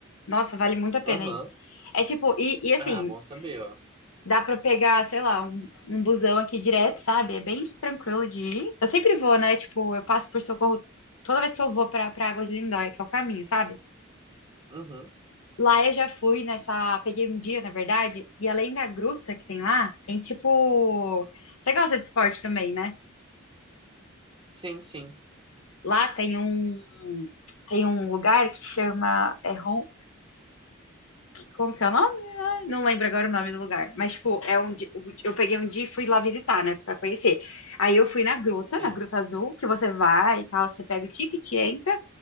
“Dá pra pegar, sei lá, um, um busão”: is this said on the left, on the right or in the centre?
Left